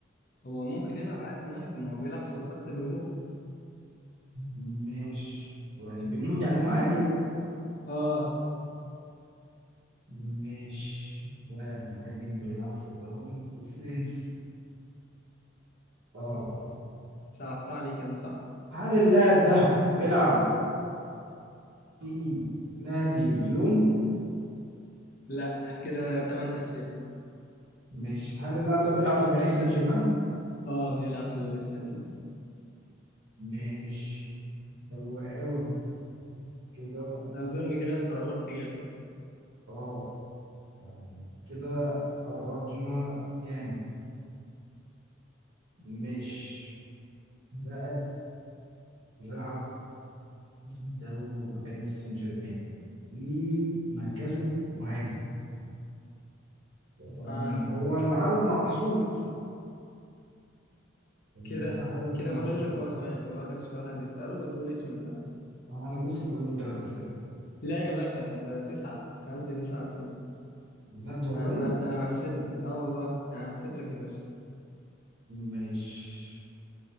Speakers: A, on the left; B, on the right.
A: هو ممكن يلعب عادي مهاجم هو بيلعب في خط الهجوم
B: مش يعني بيموت يعني مهاجم
A: اه
B: مش لاعب مهاجم بيلعب في الدوري الفرنسي اه
A: صعبت عليك انا صح؟
B: هل اللاعب ده بيلعب في نادي ليون
A: لا كده تمن اسئله
B: مش هل اللاعب ده بيلعب في باريس سان جيرمان
A: اه بيلعب في باريس سان جيرمان
B: مش حلو قوي كده
A: اظن كده انت قربت جامد
B: اه يعني كده قربنا جامد مش لاعب بيلعب في دوري باريس سان جيرمان ومركزه مهاجم يا ترى
A: اه
B: مين هو العدد محصور العدد
A: كده كده
B: محصور
A: فاضل لك هو سؤال هو اخر سؤال هتساله وتقول اسم اللاعب
B: طبعا انا لسه فاضل لي ثلاث اسئله
A: لا يا باشا انت تسعه سالت تسعه اسئله
B: بجد والله
A: انا انا انا بحسب لك اه والله انا هحسب لك يا باشا
B: ماشي